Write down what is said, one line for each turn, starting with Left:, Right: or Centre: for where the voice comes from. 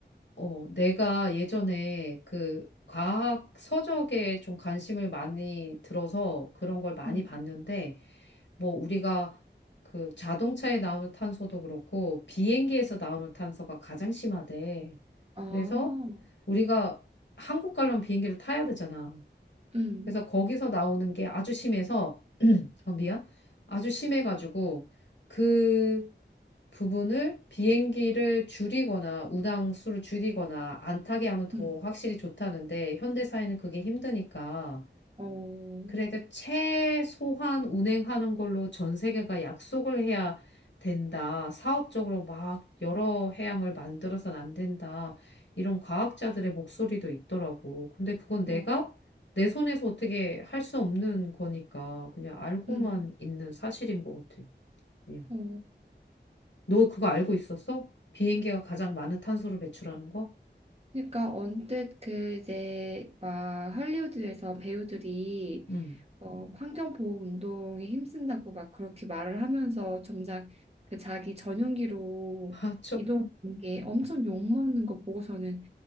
Left: 어, 내가 예전에 그 과학 서적에 좀 관심을 많이 들어서 그런 걸 많이
Right: 음,
Left: 봤는데, 뭐 우리가 그 자동차에 나오는 탄소도 그렇고 비행기에서 나오는 탄소가 가장 심하대.
Right: 아,
Left: 그래서 우리가 한국 가려면 비행기를 타야 되잖아.
Right: 음,
Left: 그래서 거기서 나오는 게 아주 심해서, <clears throat> 어, 미안. 아주 심해가지고 그 부분을 비행기를 줄이거나 운항수를 줄이거나 안 타게 하면 더
Right: 음,
Left: 확실히 좋다는데 현대 사회는 그게 힘드니까
Right: 어,
Left: 그래도 최소한 운행하는 걸로 전 세계가 약속을 해야 된다. 사업적으로 막 여러 해양을 만들어서는 안 된다. 이런 과학자들의 목소리도 있더라고. 근데 그건 내가
Right: 어,
Left: 내 손에서 어떻게 할 수 없는 거니까 그냥 알고만
Right: 음,
Left: 있는 사실인 것 같아. 그냥.
Right: 어.
Left: 너 그거 알고 있었어? 비행기가 가장 많은 탄소를 배출하는 거?
Right: 그러니까 언뜻 그 이제 막 할리우드에서 배우들이
Left: 응.
Right: 어, 환경보호 운동에 힘쓴다고 막 그렇게 말을 하면서 정작 그 자기 전용기로
Left: <laughs> 맞아.
Right: 이동하는 게 엄청 욕먹는 거 보고서는